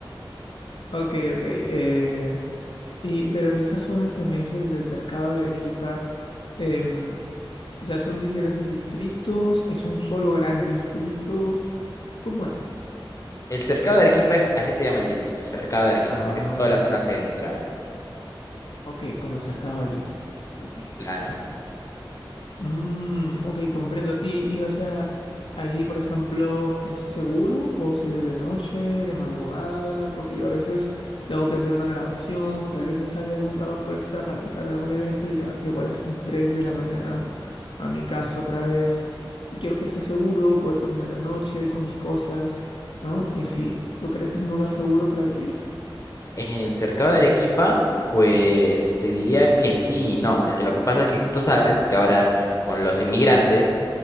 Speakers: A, on the left; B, on the left.
A: ok, ok. Eh, y, pero en estas zonas que me dices del cercado de Arequipa, em, O sea, son diferentes distritos, es un solo gran distrito. ¿Cómo es?
B: El cercado de Arequipa es, así se llama el distrito, cercado de Arequipa,
A: Ah,
B: porque es toda la zona central.
A: ok, como es cercado de Lima. Ok.
B: Claro.
A: Mm, ok, comprendo. Y, y, o sea, allí, por ejemplo, ¿es seguro? ¿Puedo salir de noche, de madrugada? Porque yo a veces tengo que hacer una grabación o tal vez me sale algún trabajo extra para tocar en algún evento y llega- llego a las 3 de la mañana a mi casa otra vez. Y quiero que sea seguro, poder caminar de noche con mis cosas, ¿no? Y así. ¿Tú crees que es un lugar seguro para vivir?
B: En el cercado de Arequipa, pues
A: Sí,
B: te diría que sí y no. Es que lo que pasa es que tú sabes que ahora con los inmigrantes